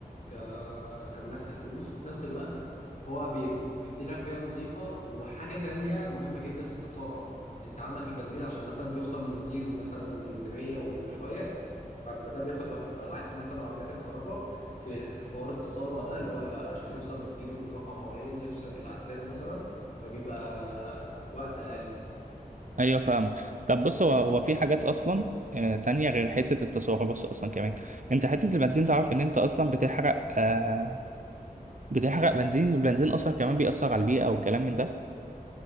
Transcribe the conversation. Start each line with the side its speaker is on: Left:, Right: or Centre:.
Left: ك... كمن ناحية الفلوس وفي نفس الوقت هو بي- بي- بيديلك بيئة نظيفة وحاجة تانية مهمة جدا في التسارع انت عندك البنزين عشان مثلا توصل من زيرو مثلا ل 100 وشوية فانت ده بياخد وقت على عكس مثلا عربيات الكهرباء في حوار التسارع ده اللي هو عشان يوصل من زيرو لرقم معين يكسر العداد مثلا فبيبقى وقت اقل
Right: ايوه فاهمك طب بص هو هو في حاجات اصلا آه، تانية غير حتة التسارع بص أصلا كمان أنت حتة البنزين تعرف إن أنت أصلا بتحرق آه بتحرق بنزين والبنزين أصلا كمان بيأثر على البيئة والكلام من ده